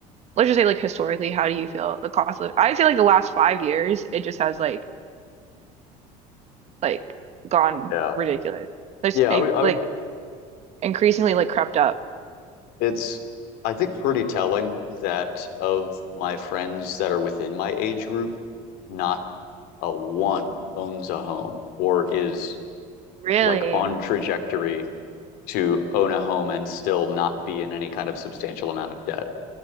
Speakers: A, on the right; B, on the left.
A: Let's just say, like, historically, how do you feel the cost of? I'd say, like, the last five years, it just has like like gone
B: Yeah.
A: ridiculous. There's
B: Yeah,
A: in-
B: I would I
A: like
B: would
A: increasingly like crept up.
B: it's I think pretty telling that of my friends that are within my age group, not a one owns a home or is
A: Really?
B: like on trajectory to own a home and still not be in any kind of substantial amount of debt.